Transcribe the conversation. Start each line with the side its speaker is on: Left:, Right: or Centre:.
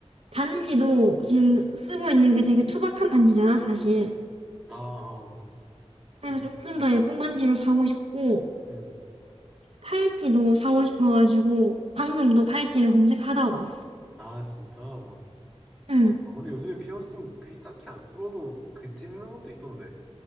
Right: 반지도 지금 쓰고 있는 게 되게 투박한 반지잖아, 사실.
Centre: 아, 어.
Right: 그래서
Centre: 어?
Right: 조금
Centre: 응,
Right: 더 예쁜 반지로 사고 싶고
Centre: 응.
Right: 팔찌도 사고 싶어가지고 방금 도 팔찌를 검색하다가 왔어.
Centre: 아, 진짜?
Right: 응.
Centre: 아, 근데 요즘에 피어싱 귀 딱히 안 뚫어도 그 찝는 것도 있던데.